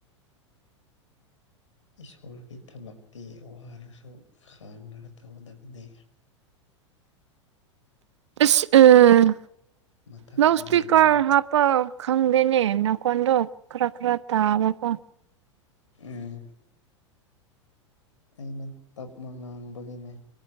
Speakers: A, on the left; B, on the right.
A: ꯏꯁꯣꯔꯒꯤ ꯊꯕꯛꯇꯤ ꯋꯥꯔꯁꯨ ꯈꯥꯡꯔꯒ ꯇꯧꯒꯗꯕꯅꯦ
B: ꯑꯁ ꯎꯝ
A: ꯃꯊꯛꯇ
B: ꯂꯥꯎꯠ ꯁꯄꯤꯀꯔ
A: ꯃꯅꯥ
B: ꯍꯥꯄꯥꯎ ꯈꯪꯗꯦꯅꯦ ꯅꯈꯣꯟꯗꯣ ꯈꯔ ꯈꯔ ꯇꯥꯕꯀꯣ
A: ꯎꯝ ꯑꯩꯅ ꯇꯞꯃ ꯉꯥꯡꯕꯒꯤꯅꯦ